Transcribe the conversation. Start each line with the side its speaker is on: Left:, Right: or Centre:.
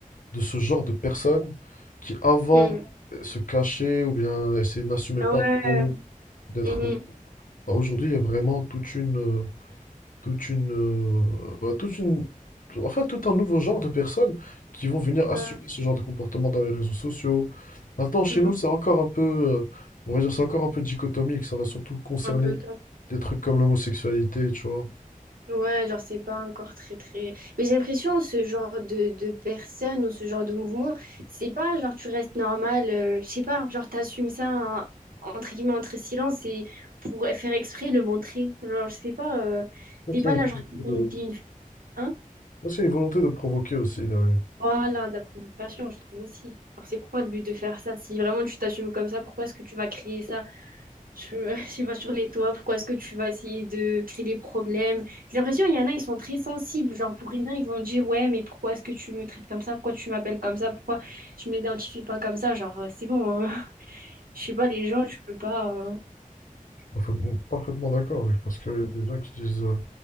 Left: de ce genre de personnes qui avant
Right: Mm.
Left: euh, se cachaient ou bien essayaient de n'assumer
Right: Ah
Left: pas
Right: Ouais.
Left: trop d'être...
Right: Mhm.
Left: dans- bah, Aujourd'hui, il y a vraiment toute une, euh, toute une, euh, bah, toute une, tout- enfin, tout un nouveau genre de personnes qui vont venir
Right: Ouais.
Left: assumer ce genre de comportement dans les réseaux sociaux. Maintenant, chez
Right: Mhm.
Left: nous, c'est encore un peu, euh, on va dire, c'est encore un peu dichotomique. Ça va surtout concerner
Right: Un peu
Left: des trucs comme l'homosexualité, tu vois.
Right: Ouais, genre, c'est pas encore très, très... Mais j'ai l'impression, ce genre de, de personnes ou ce genre de mouvement, c'est pas genre, tu restes normal, euh, je sais pas, genre, t'assumes ça, hein, entre guillemets, entre silence et pour faire exprès, le montrer. Genre, je sais pas, euh,
Left: Ça,
Right: t'es
Left: C'est
Right: pas
Left: une
Right: là,
Left: volonté
Right: genre, t'es
Left: de,
Right: une, t'es une- hein?
Left: ça, c'est une volonté de provoquer aussi derrière.
Right: Voilà, de la provocation, je trouve aussi. Alors, c'est quoi le but de faire ça? Si vraiment tu t'assumes comme ça, pourquoi est-ce que tu vas créer ça? Je, <laughs> je sais pas <laughs> sur les toits, pourquoi est-ce que tu vas essayer de créer des problèmes? J'ai l'impression il y en a, ils sont très sensibles, genre pour rien, ils vont dire ouais, mais pourquoi est-ce que tu me traites comme ça? Pourquoi tu m'appelles comme ça? Pourquoi je m'identifie pas comme ça? Genre euh, c'est bon, hein. <laughs> Je sais pas les gens, tu peux pas. euh,
Left: Parfaitement, parfaitement d'accord avec parce qu'il y a des gens qui disent euh,